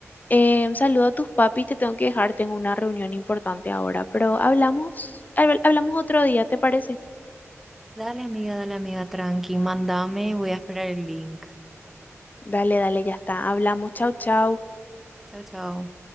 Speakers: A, on the left; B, in the centre.
A: Eh, saludo a tus papis, te tengo que dejar, tengo una reunión importante ahora, pero hablamos, habl- hablamos otro día, ¿te parece?
B: Dale amiga, dale amiga, tranqui, mandame, voy a esperar el link.
A: Dale, dale, ya está, hablamos, chau, chau.
B: Chao, chao.